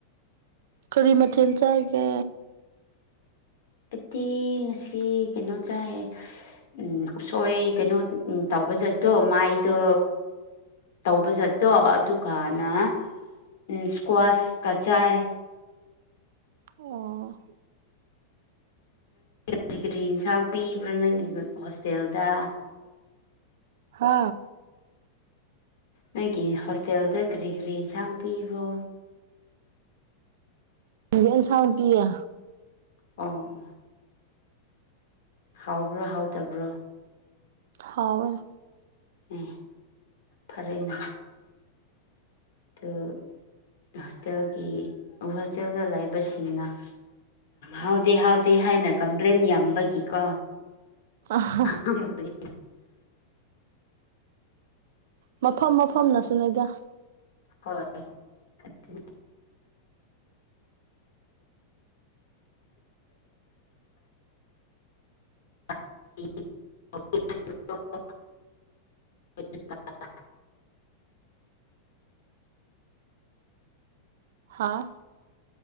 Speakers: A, on the right (about 70°); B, on the left (about 75°).
A: ꯀꯔꯤ ꯃꯊꯦꯜ ꯆꯥꯒꯦ
B: ꯑꯩꯗꯤ ꯉꯁꯤ ꯀꯩꯅꯣ ꯆꯥꯏ ꯎꯝ ꯎꯁꯣꯏ ꯀꯩꯅꯣ ꯇꯧꯕꯖꯠꯇꯣ ꯃꯥꯏꯗꯣ ꯇꯧꯕ ꯆꯠꯇꯣ ꯑꯗꯨꯒꯅ ꯎ ꯏꯁꯀ꯭ꯋꯥꯁ ꯀ ꯆꯥꯏ
A: ꯑꯣ
B: ꯀꯔꯤ ꯀꯔꯤ ꯌꯦꯟꯁꯥꯡ ꯄꯤꯕ꯭ꯔꯥ ꯅꯪꯒꯤ ꯍꯣꯁꯇꯦꯜꯗ
A: ꯍꯥ
B: ꯅꯣꯏꯒꯤ ꯍꯣꯁꯇꯦꯜꯗ ꯀꯔꯤ ꯀꯔꯤ ꯏꯟꯁꯥꯡ ꯄꯤꯕꯣ
A: ꯌꯦꯟ ꯁꯥꯎꯇꯤꯌꯥ
B: ꯑꯣ ꯍꯥꯎꯕ꯭ꯔꯣ ꯍꯥꯎꯇꯕ꯭ꯔꯣ
A: ꯍꯥꯎꯋꯦ
B: ꯑꯦ ꯐꯔꯦꯅꯦ ꯑꯗꯨ ꯍꯣꯁꯇꯦꯜꯒꯤ ꯍꯣꯁꯇꯦꯜꯗ ꯂꯩꯥꯏꯕꯁꯤꯡꯅ ꯍꯥꯎꯗꯦ ꯍꯥꯎꯗꯦ ꯍꯥꯏꯅ ꯀꯝꯄ꯭ꯂꯦꯟ ꯌꯥꯝꯕꯒꯤꯀꯣ
A: ꯑ ꯍ
B: ꯑꯗꯨ
A: ꯃꯐꯝ ꯃꯐꯝꯅꯁꯨ ꯅꯗ
B: ꯍꯣꯏ ꯑꯗꯨ <unintelligible>
A: ꯍꯥꯥ